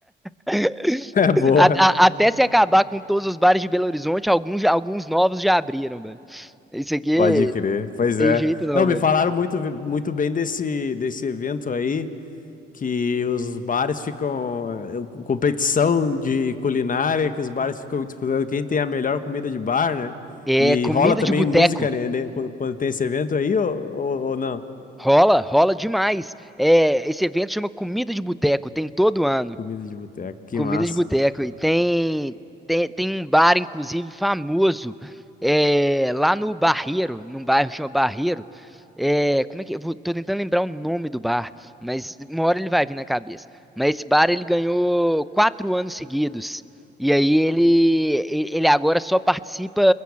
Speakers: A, in the centre; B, on the left.
A: <laughs>
B: <laughs> Boa.
A: A- a- até se acabar com todos os bares de Belo Horizonte, alguns, já- alguns novos já abriram, velho. Isso aqui
B: Pode crer. Pois
A: tem
B: é.
A: jeito não,
B: Não, me
A: velho.
B: falaram muito, muito bem desse, desse evento aí. que os bares ficam eh, competição de culinária, que os bares ficam disputando quem tem a melhor comida de bar, né?
A: É
B: E
A: comida
B: rola também
A: de boteco.
B: música, né, né, qu- quando tem esse evento aí, ou, ou, ou não?
A: Rola, rola demais. É, esse evento chama Comida de Boteco, tem todo ano.
B: Comida de boteco, que
A: Comida
B: massa.
A: de boteco. E tem, tem, tem um bar, inclusive, famoso é, lá no Barreiro, num bairro que chama Barreiro. É, como é que. Eu vou- tô tentando lembrar o nome do bar, mas uma hora ele vai vir na cabeça. Mas esse bar ele ganhou quatro anos seguidos. E aí ele, e- ele agora só participa